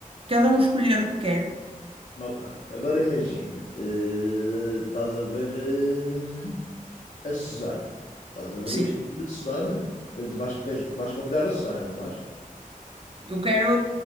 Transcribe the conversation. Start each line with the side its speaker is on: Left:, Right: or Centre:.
Right: cada um escolher o que quer.
Left: Ok. agora imagina, eh, estás a ver eh, a Susana, estás a ver
Right: Sim.
Left: o estilo da Susana, depois tu vais, queres- vais convidar a Susana, não vais?
Right: Eu quero,